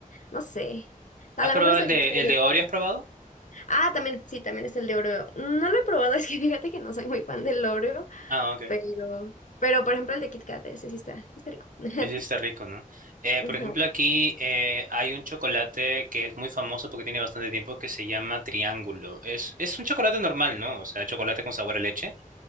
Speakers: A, on the left (about 60°); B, on the right (about 70°).
A: no sé. A
B: ¿Has
A: lo
B: probado
A: mejor está
B: el
A: que
B: de,
A: más fan
B: el
A: del-
B: de Oreo, has probado?
A: Ah, también, sí, también es el de Oreo. No lo he probado, <laughs> es que fíjate que no soy muy fan del Oreo,
B: Ah, ok.
A: pero, pero por ejemplo el de Kit Kat, ese sí está, sí está rico. <laughs>
B: Ese está rico, ¿no? Eh,
A: Ajá.
B: por ejemplo, aquí eh, hay un chocolate que es muy famoso porque tiene bastante tiempo que se llama Triángulo. Es, es un chocolate normal, ¿no? O sea, chocolate con sabor a leche